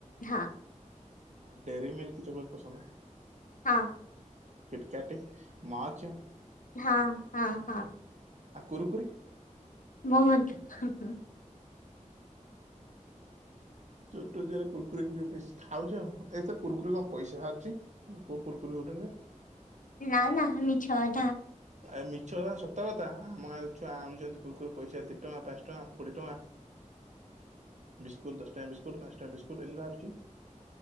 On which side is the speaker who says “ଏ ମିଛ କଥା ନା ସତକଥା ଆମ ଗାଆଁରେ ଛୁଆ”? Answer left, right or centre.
Right